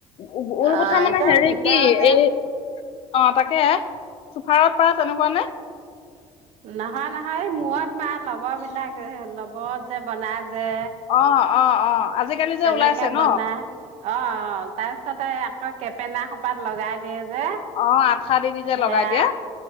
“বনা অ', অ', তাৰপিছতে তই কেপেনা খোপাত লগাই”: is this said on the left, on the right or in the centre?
Right